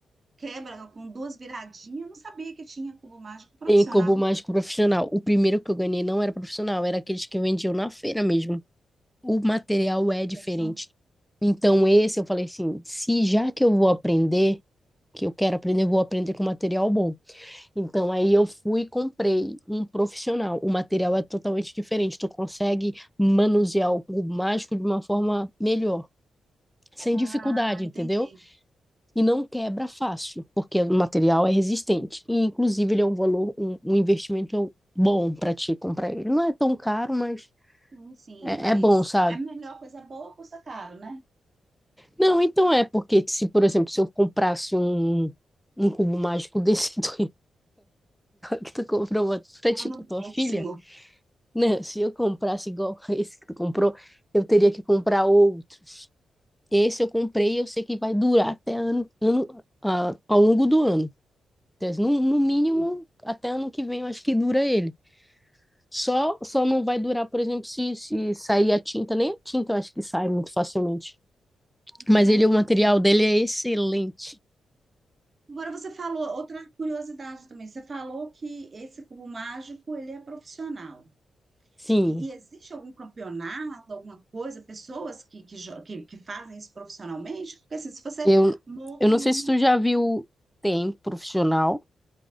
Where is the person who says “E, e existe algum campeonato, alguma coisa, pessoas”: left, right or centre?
Right